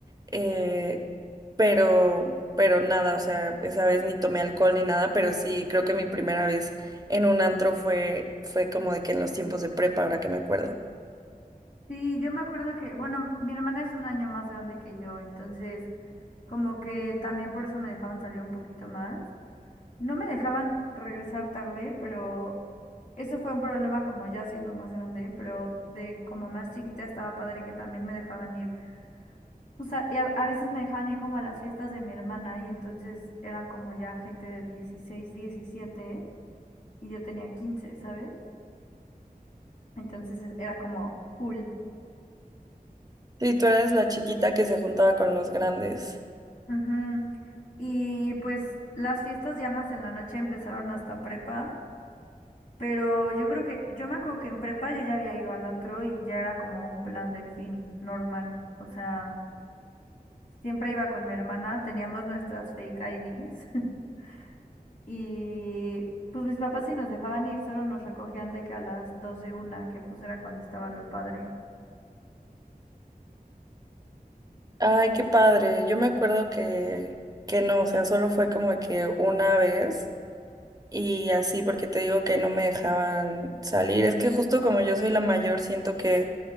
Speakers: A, on the right (about 25°); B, on the left (about 55°).
A: eh, pero, pero nada, o sea, esa vez ni tomé alcohol ni nada, pero sí, creo que mi primera vez en un antro fue, fue como de que en los tiempos de prepa, ahora que me acuerdo.
B: Sí, yo me acuerdo que, bueno, mi hermana es un año más grande que yo, entonces como que también por eso me dejaban salir un poquito más. No me dejaban regresar tarde, pero eso fue un problema como ya siendo más grande, pero de como más chiquita estaba padre que también me dejaban ir. O sea, y a, a veces me dejaban ir como a las fiestas de mi hermana y entonces eran como ya gente de 16, 17 y yo tenía 15, ¿sabes? Entonces e, era como cool.
A: Sí, tú eres la chiquita que se juntaba con los grandes.
B: Ujú. Y pues las fiestas ya más en la noche empezaron hasta prepa, pero yo creo que, yo me acuerdo que en prepa yo ya había ido al antro y ya era como un plan del fin normal. O sea, siempre iba con mi hermana, teníamos nuestras fake IDs <laughs> y pues mis papás sí nos dejaban ir, solo nos recogían de que a las 12 una, que pues era cuando estaba lo padre.
A: Ay, qué padre. Yo me acuerdo que, que no, o sea, solo fue como que una vez y así, porque te digo que no me dejaban salir. Es que justo como yo soy la mayor, siento que